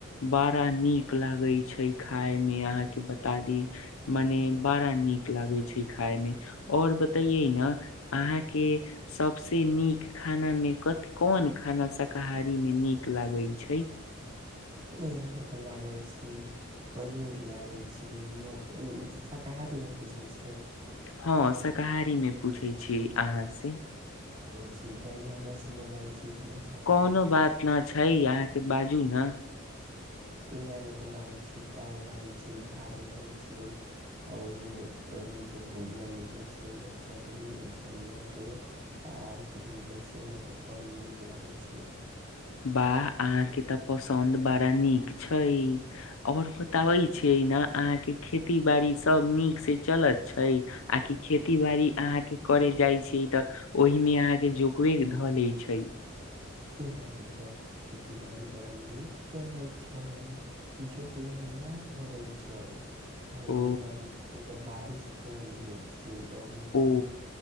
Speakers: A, on the left; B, on the right.
A: बारह नीक लागै छै खाय मे अहाँके बता दी मने बड़ा नीक लागे छै खाय मे और बतइए ने अहाँ के सब से नीक खानामे कथि कोन खाना शाकाहारीमे नीक लागैत छै
B: इहाँ के तऽ लागे छी पनीर लागे छियै मटन शाकाहारी मे पूछै छियै
A: हँ शाकाहारी मे पूछै छी अहाँ से
B: छी कि हमरा सब मजाबे छै मांसाहारी
A: कोनो
B: मे पूछे
A: बात न छै अहाँके बाजू ने
B: यहा के तऽ लागे छै दाल लागे छै भात लागे छी आ ओहि मे कुछो के भुजिया मिल जाय छै य चटनी धनिया के आम के मिलै छै तऽ बड़ी नीक लागै छियै
A: वाह अहाँ के तऽ पसन्द बड़ा नीक छै आओर बताबै छियै ने अहाँ के खेती बाड़ी सब नीक से चलत छै आ कि खेती बाारी अहा के करे जाय छी तऽ ओहिमे अहाँके जोकवे धऽ ले छै
B: यहाँ के तो खेती बाड़ी बड़ा नीक चलय छै जोकि यहाँ ना धरै छै यहाँ
A: ओ
B: बारिश कम भेल छै ओहिसँ
A: ओ